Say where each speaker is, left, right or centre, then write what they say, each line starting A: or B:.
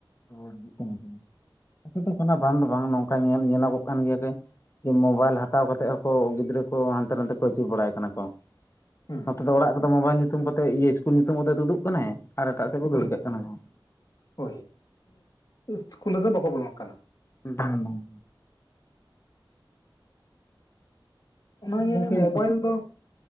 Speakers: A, on the left; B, on the left.
A: <unintelligible> ᱠᱷᱟᱛᱟ ᱫᱚ ᱠᱟᱱᱟ ᱵᱟᱝ ᱫᱚ ᱵᱟᱝ ᱱᱚᱝᱠᱟ ᱧᱮᱞ ᱧᱮᱞᱚᱜ ᱠᱟᱱ ᱜᱮᱭᱟ ᱥᱮ ᱡᱮ ᱢᱳᱵᱟᱭᱤᱞ ᱦᱟᱛᱟᱣ ᱠᱟᱛᱮᱜ ᱦᱚᱸᱠᱚ ᱜᱤᱫᱽᱨᱟᱹ ᱠᱚ ᱦᱟᱱᱛᱮ ᱱᱟᱛᱮ ᱠᱚ ᱟᱹᱪᱩᱨ ᱵᱟᱲᱟᱭ ᱠᱟᱱᱟ ᱠᱚ᱾
B: ᱦᱩᱸ
A: ᱱᱚᱛᱮ ᱫᱚ ᱚᱲᱟᱜ ᱨᱮᱫᱚ ᱢᱳᱵᱟᱭᱤᱞ ᱧᱩᱛᱩᱢ ᱠᱟᱛᱮ ᱤᱥᱠᱩᱞ ᱧᱩᱛᱩᱢ ᱠᱟᱛᱮ ᱛᱩᱫᱩᱜ ᱠᱟᱱᱟᱭ ᱟᱨ ᱮᱴᱟᱜ ᱥᱮᱫ ᱠᱚ
B: ᱦᱳᱭ
A: ᱫᱟᱹᱲ
B: ᱜᱚᱝᱠᱮ
A: ᱠᱟᱜ ᱠᱟᱱᱟ ᱠᱚ
B: ᱦᱳᱭ ᱤᱥᱠᱩᱞ ᱨᱮᱫᱚ ᱵᱟᱠᱚ ᱵᱚᱞᱚᱱ ᱠᱟᱱᱟ
A: ᱵᱟᱝ ᱵᱟᱝ
B: ᱚᱱᱟᱜᱮ
A: ᱟᱫᱚ ᱜᱚᱝᱠᱮ
B: ᱢᱳᱵᱟᱭᱤᱞ ᱫᱚ